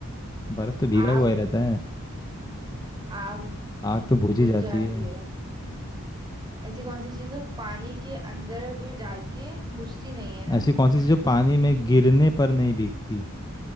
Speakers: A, on the left; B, on the right.
A: बर्फ तो भीगा
B: आग
A: हुआ ही रहता है
B: आग
A: आग तो बुझ
B: बुझ
A: ही जाती
B: जाती
A: है
B: है ऐसी कौन सी चीज है पानी के अंदर भी डाल के बुझती नहीं है ना
A: ऐसी कौन सी चीज जो पानी में गिरने पर नहीं भीगती